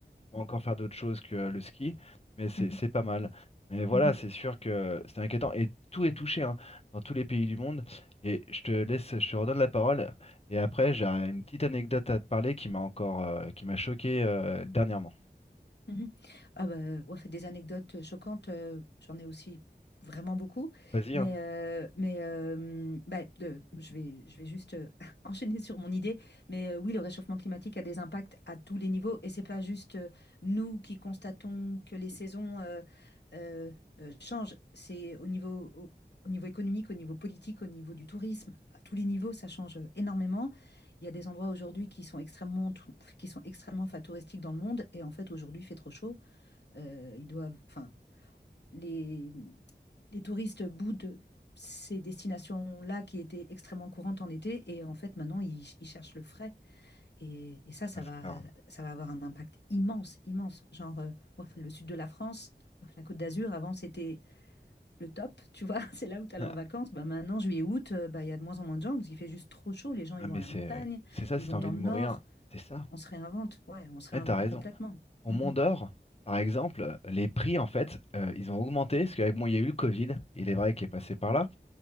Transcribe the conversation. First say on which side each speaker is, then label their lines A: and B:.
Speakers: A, on the left (about 35°); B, on the left (about 75°).
A: va encore faire d'autres choses que euh, le ski, mais c'est
B: mhm,
A: c'est pas mal. Mais voilà,
B: mhm,
A: c'est sûr que c'est inquiétant. Et tout est touché hein, dans tous les pays du monde. Et je te laisse, je te redonne la parole. Et après, j'ai une petite anecdote à te parler qui m'a encore, euh, qui m'a choqué euh, dernièrement.
B: mhm. Ah bah, ouais, des anecdotes euh, choquantes, euh, j'en ai aussi vraiment beaucoup,
A: Vas-y,
B: mais,
A: hein.
B: euh, mais euh, bah, de- je vais, je vais juste euh, <laughs> enchaîner sur mon idée. Mais euh, oui, le réchauffement climatique a des impacts à tous les niveaux, et c'est pas juste euh, nous qui constatons que les saisons euh, euh, euh, changent, c'est au niveau, au au niveau économique, au niveau politique, au niveau du tourisme, à tous les niveaux, ça change euh, énormément. Il y a des endroits aujourd'hui qui sont extrêmement, tou- qui sont extrêmement enfin, touristiques dans le monde. Et en fait, aujourd'hui, il fait trop chaud. Euh, ils doivent, enfin, les, les touristes boudent ces destinations-là qui étaient extrêmement courantes en été. Et en fait, maintenant, ils, ils cherchent le frais. Et, et ça, ça
A: Ah, c'est
B: va,
A: ça.
B: ça va avoir un impact immense, immense. Genre, euh, ouaf, le sud de la France, ouaf, la Côte d'Azur, avant, c'était le top. Tu vois, <laughs> c'est là où tu allais
A: hein.
B: en vacances.
A: <laughs>
B: Bah, maintenant, juillet, août, euh, bah, il y a de moins en moins de gens parce qu'il fait juste trop chaud. Les gens, ils
A: Ah, mais
B: vont à la
A: c'est
B: montagne,
A: c'est ça,
B: ils
A: si
B: vont
A: t'as envie
B: dans
A: de
B: le
A: mourir,
B: nord.
A: c'est ça.
B: On se réinvente, ouais, on se réinvente
A: Eh, t'as raison.
B: complètement.
A: Au
B: Mm,
A: Mont
B: mm,
A: d'Or, par exemple, les prix, en fait, euh, ils ont augmenté parce qu'avec moi, il y a eu le Covid. Il est vrai qu'il est passé par
B: mm,
A: là.